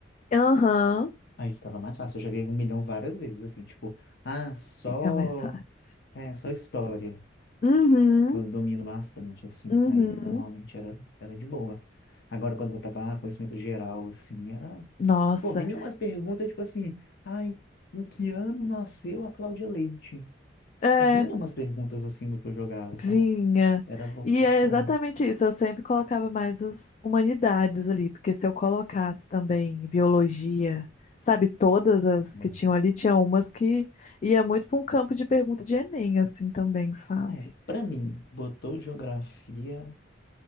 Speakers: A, on the left; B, on the left.
A: Aham.
B: Aí ficava mais fácil. Eu joguei um milhão várias vezes, assim, tipo, ah, só,
A: Fica mais fácil.
B: é, só história,
A: Uhum.
B: que eu domino bastante, assim.
A: Uhum.
B: Aí normalmente era, era de boa. Agora, quando eu tava ah, conhecimento geral, assim, era.
A: Nossa.
B: Pô, vinha umas perguntas, tipo assim, ai, em que ano nasceu a Cláudia Leite?
A: É.
B: Vinha umas perguntas assim no que eu jogava,
A: Vinha.
B: sabe? Era um pouco
A: E
B: frustrante.
A: é exatamente isso. Eu sempre colocava mais as humanidades ali, porque se eu colocasse também biologia, sabe, todas as
B: É.
A: que tinham ali, tinha umas que ia muito para um campo de pergunta de Enem, assim também, sabe?
B: Ah, é. Pra mim, botou geografia,